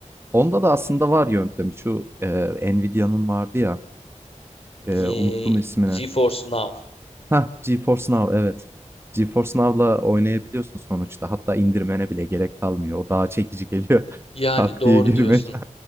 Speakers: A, on the right; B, on the left.
A: Onda da aslında var yöntemi. Şu, eee, Nvidia'nın vardı ya, eee,
B: Ye-
A: unuttum ismini.
B: GeForce Now.
A: Hah, GeForce Now, evet. GeForce Now'la oynayabiliyorsun sonuçta. Hatta indirmene bile gerek kalmıyor. O daha çekici geliyor. <laughs>
B: Yani
A: Tak
B: doğru
A: diye girmek.
B: diyorsun.